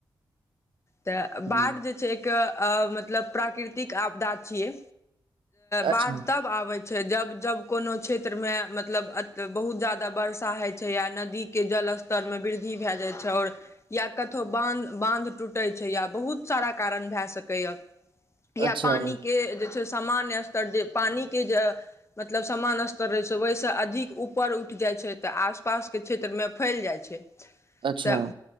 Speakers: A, on the left (about 35°); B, on the right (about 75°).
A: तऽ
B: ह
A: बाढ जे छै एक अ मतलब प्राकृतिक आपदा छियै
B: अच्छा
A: बाढ़ तब आबे छै जब जब कोनो क्षेत्रमे मतलब बहुत ज्यादा वर्षा होइ छै या नदी के जल स्तर मे वृद्धि भए जाइ छै और या कतहु बांध बांध टूट तै छैय या बहुत सारा कारण भै सकाइ ए या
B: अच्छा
A: पानी के सामान्य स्तर जे पानी के जे मतलब सामान्य स्तर रहै छै ओहिसँ अधिक ऊपर उठि जाइ छै तऽ आस पास के क्षेत्रमे फैल जाइ छै तऽ
B: अच्छा